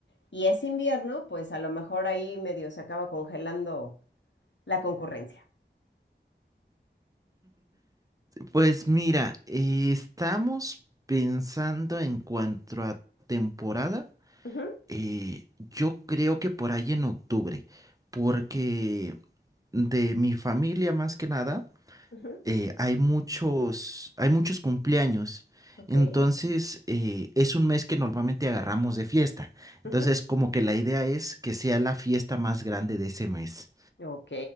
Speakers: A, on the left; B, on the right.
A: y es invierno, pues a lo mejor ahí medio se acaba congelando la concurrencia.
B: Pues mira, eh, estamos pensando en cuanto a temporada.
A: Ujú,
B: eh, yo creo que por ahí en octubre, porque de mi familia más que nada,
A: ujú,
B: eh, hay muchos, hay muchos cumpleaños.
A: ok,
B: Entonces, eh, es un mes que normalmente agarramos de fiesta. Entonces,
A: ujú,
B: como que la idea es que sea la fiesta más grande de ese mes.
A: ok,